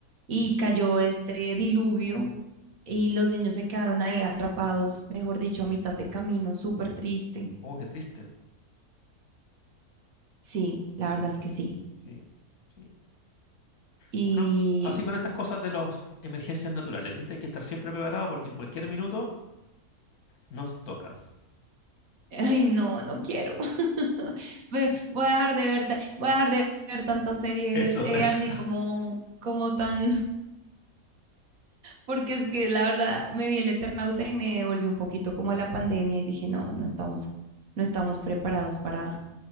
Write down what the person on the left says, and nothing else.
Oh, qué triste.
Sí,
sí, sí.
Bueno, así con estas cosas de las emergencias naturales, ¿viste? Hay que estar siempre preparado porque en cualquier minuto... Nos toca.
Eso,
eso.
<laughs>